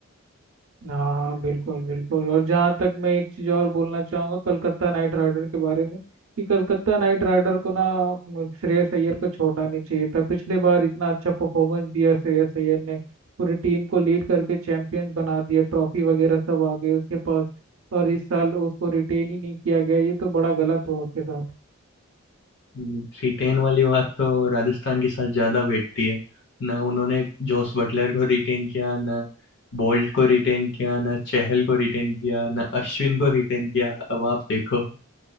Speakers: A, on the right; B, on the left.
A: हाँ बिल्कुल बिल्कुल और जहाँ तक मैं एक चीज़ और बोलना चाहूँगा कलकत्ता नाइट राइडर के बारे में कि कलकत्ता नाइट राइडर को ना म, श्रेयस अय्यर को छोड़ना नहीं चाहिए था पिछले बार इतना अच्छा परफॉर्मेंस दिया श्रेयस अय्यर ने पूरी टीम को लीड करके चैंपियंस बना दिया ट्रॉफी वगैरह सब आ गए उसके पास और इस साल उसको रिटेन ही नहीं किया गया ये तो बड़ा गलत हुआ उसके साथ
B: थ्री टेन वाली बात तो राजस्थान के साथ ज्यादा बैठती है ना उन्होंने जोस बटलर को रिटेन किया ना बोल्ट को रिटेन किया ना चहल को रिटेन किया ना अश्विन को रिटेन किया अब आप देखो